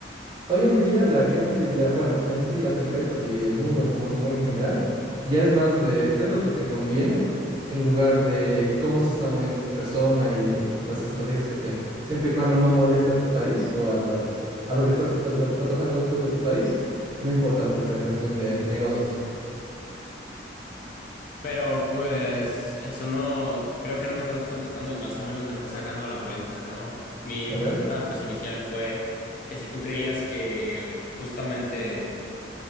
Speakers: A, on the right; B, on the left.
A: Hoy en día la gente ya, bueno, en sí las empresas y el mundo como se mueve en general, ya es más de qué es lo que te conviene en lugar de cómo se está moviendo esta persona y las estrategias que tiene. Siempre y cuando no moleste a tu país o a las, a lo que está, haci- a lo que está pasando dentro de tu país, no importa mucho en cuestión de negocios.
B: Pero pues eso no, creo que no me estás contestando y más o menos me estás sacando a la vuelta, ¿no? Mi
A: A
B: pregunta
A: ver.
B: pues inicial fue que si tú creías que justamente